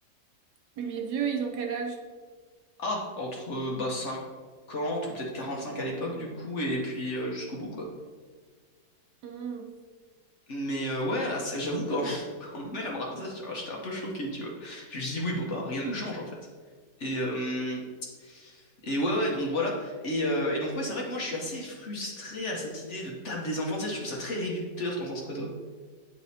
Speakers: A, on the right; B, on the left.
A: Mais les vieux, ils ont quel âge?
B: Ah, entre euh, bah, 50 ou peut-être 45 à l'époque, du coup, et puis euh, jusqu'au bout, quoi.
A: Hmm.
B: Mais euh, ouais, ah, c'est- j'avoue, quand, <laughs> quand ma mère elle me racontait ça, j'étais j'étais un peu choqué, tu vois. Je lui dis, oui, bon, bah, rien ne change, en fait. Et, euh, et ouais, ouais, donc voilà. Et, euh, et donc, ouais, c'est vrai que moi, je suis assez frustré à cette idée de table des enfants, tu sais, je trouve ça très réducteur, t'en penses quoi, toi?